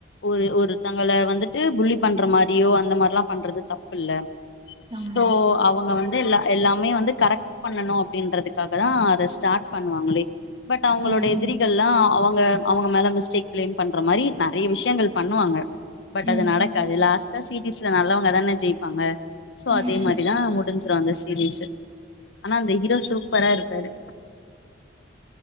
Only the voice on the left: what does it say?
ஒரு ஒருத்தங்கள வந்துட்டு புல்லி பண்ற மாரியோ அந்த மார்லா பண்றது தப்புல்ல
ஸோ அவுங்க வந்து இல்ல எல்லாமே வந்து கரெட் பண்ணணு அப்டின்றதுக்காக தா அத ஸ்டார்ட் பண்ணுவாங்களே பட் அவுங்களோட
எதிரிகள்லா அவங்க அவுங்க மேல மிஸ்டேக் பிளேம் பண்ற மாரி நெறைய விஷ்யங்கள் பண்ணுவாங்க பட் அது
நடக்காது லாஸ்டா சீரிஸ்ல நல்லவங்கதானெ ஜெயிப்பாங்க சோ
அதே மாரிதா முடுஞ்சுரு அந்த சீரீஸு ஆனா அந்த ஹீரோ சூப்பரா இருப்பாரு